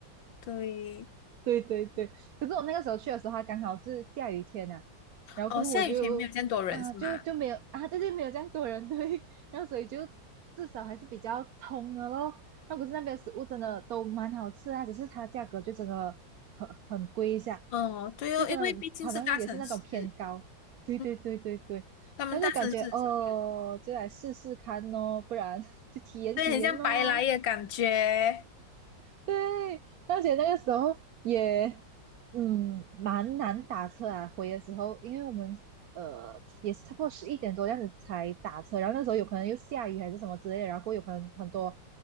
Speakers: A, on the left (about 80°); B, on the right (about 70°).
A: 对，
B: 对对对，可是我那个时候去的时候，它刚好是下雨天呐、然后过后我就啊，
A: 哦下雨天没有这样多人是吗？
B: 就就没有啊，对对，没有这样多人对，<laughs> 然后所以就至少还是比较通的咯。那可是那边的食物真的都蛮好吃啊，只是它价格就真的很很贵一下，
A: 哦对哦，
B: 就真的好像也是那种偏高。
A: 因为毕竟是大城市，
B: 对对对对对，
A: 嗯他们大城市就是
B: 然后就感觉哦，就来试试看哦，不然 <laughs> 就体验体验哦。
A: 对，很像白来的感觉。
B: 对，而且那个时候也，嗯，蛮难打车啊。回的时候，因为我们呃也是差不多十一点多这样子才打车，然后那时候有可能又下雨还是什么之类的然后有可能很多